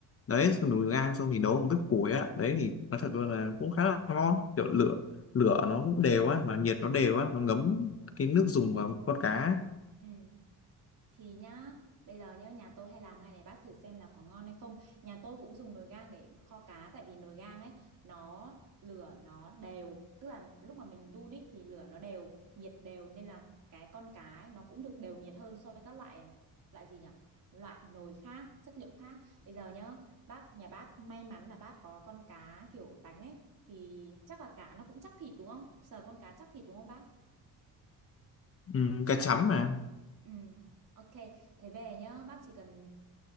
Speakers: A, on the left; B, on the right.
A: Đấy,
B: ừ
A: dùng nồi gang xong thì nấu bằng bếp củi á. Đấy thì nó
B: Ừ.
A: thật
B: ừ
A: luôn là cũng khá là ngon, kiểu lửa lửa nó cũng đều á, mà nhiệt nó đều á, nó ngấm
B: ừ.
A: cái nước dùng vào con cá.
B: Ừ. thì nhá bây giờ nhá nhà tôi hay làm này này bác thử xem là có ngon hay không nhà tôi cũng dùng nồi gang để kho cá tại vì nồi gang ấy nó lửa nó đều tức là lúc mà mình đun ấy thì lửa nó đều nhiệt đều nên là cái con cá ấy, nó cũng được đều nhiệt hơn so với các loại à, loại gì nhỉ loại nồi khác chất liệu khác bây giờ nhá bác nhà bác may mắn là bác có con cá kiểu đánh ấy thì chắc là cá nó cũng chắc thịt đúng không sờ con cá chắc thịt đúng không bác
A: Ừ, cá chấm mà
B: Ừ, ok. Thế về nhá, bác chỉ cần